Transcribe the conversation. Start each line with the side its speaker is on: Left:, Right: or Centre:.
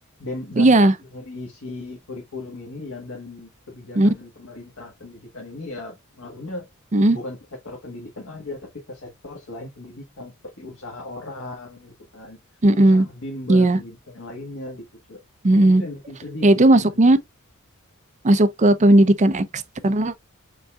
Left: dem-
Right: Iya.
Left: dampak dari si kurikulum ini ya dan kebijakan
Right: mm,
Left: pemerintah pendidikan ini ya pengaruhnya
Right: mm.
Left: bukan ke sektor pendidikan aja tapi ke sektor selain pendidikan seperti usaha orang gitu kan
Right: Mm-mm.
Left: usaha bimbel
Right: Iya.
Left: pendidikan yang lainnya gitu cuy
Right: Mm-mm.
Left: itu yang bikin sedih
Right: Ya
Left: sih
Right: itu
Left: sebenarnya
Right: masuknya masuk ke pendidikan eksternal